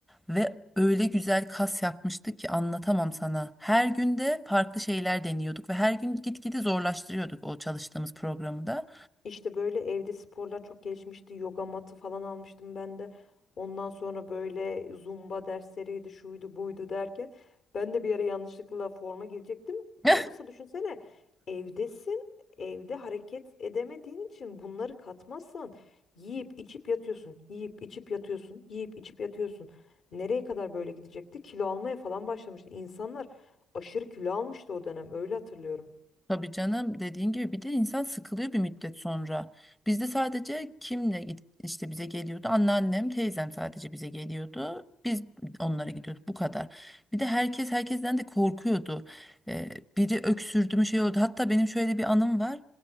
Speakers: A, in the centre; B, on the left (about 60°).
A: Ve öyle güzel kas yapmıştık ki anlatamam sana. Her günde farklı şeyler deniyorduk ve her gün gitgide zorlaştırıyorduk o çalıştığımız programı da.
B: İşte böyle evde sporlar çok gelişmişti. Yoga matı falan almıştım ben de. Ondan sonra böyle zumba dersleriydi, şuydu, buydu derken ben de bir ara yanlışlıkla forma girecektim.
A: <laughs>
B: Yoksa düşünsene evdesin, evde hareket edemediğin için bunları katmazsan yiyip içip yatıyorsun, yiyip içip yatıyorsun, yiyip içip yatıyorsun. Nereye kadar böyle gidecekti? Kilo almaya falan başlamıştı. İnsanlar aşırı kilo almıştı o dönem. Öyle hatırlıyorum.
A: Tabii canım dediğin gibi bir de insan sıkılıyor bir müddet sonra. Bizde sadece kimle git işte bize geliyordu? Anneannem, teyzem sadece bize geliyordu. Biz onlara gidiyorduk bu kadar. Bir de herkes herkesten de korkuyordu. Ee, biri öksürdü mü şey oldu. Hatta benim şöyle bir anım var.